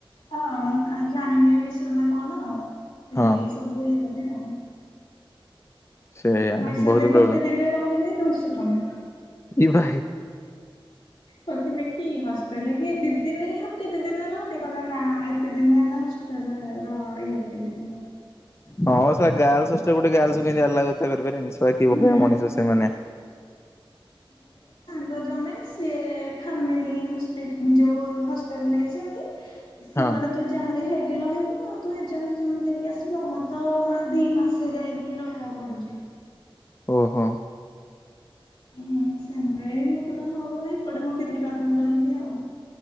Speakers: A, on the left (about 80°); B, on the left (about 30°).
A: ହଁ ଜାଣିନି ଏ ବିଷୟରେ ନା କଣ ଦିଦି
B: ହଁ
A: ସବୁ ଇଏକଲେ ଆଉ।
B: ସେଇଆ
A: ପଇସା
B: ବହୁତ
A: ଦେଇ
B: ପ୍ରୋବ୍ଲେମ
A: ଗୋଟେ ଦିନ ରହିଲେ ଦୁଇଶହ ଟଙ୍କା।
B: ଏ ଭାଇ।
A: କହିଲେ କି ହଷ୍ଟେଲରେ କିଏ ଦି ଦିନି ରହନ୍ତି ତିନି ଦିନି ରହନ୍ତି କହିଲେ ନା ଏତେ ଦିନ ହେଲା ହଷ୍ଟେଲରେ ର ଇଏ କରିବେନି।
B: ହଁ ସଳା ଗାଲସ୍ ହଷ୍ଟେଲରେ ଗୋଟେ ଗାଲସ୍ ଆଲାୱ କେମିତି ଏତେ କରିପାରିବେନି। କି
A: ହୁଁ
B: ଭଳିଆ ମଣିଷ ସେମାନେ।
A: ତ ଜଣେ ସିଏ ଫାମିଲି ହସ୍ପିଟା ଯୋଉ ହଷ୍ଟେଲ୍ ନେଇଛନ୍ତି। ସେ
B: ହଁ
A: କହିଲେ ତୁ ଯାହାରି ହେଠି ରହିବୁ ଆଉ ତୁ ଏକ୍ଜାମ ଫେକ୍ସଜମ ଦେଇକି ଆସିବୁ ଆଉ ମୋର ତ ମା ଦି ମାସ ସେ ଯାଇକି ରହିବାକୁ ପଡୁଛି।
B: ଓହୋ।
A: ହୁଁ ସେଇତି ପାଇଁ ମୁଁ କହିଲି ହୋଉ ଭାଇ କୁଆଡେ ଗୋଟେ ଯିବା ଆଉ।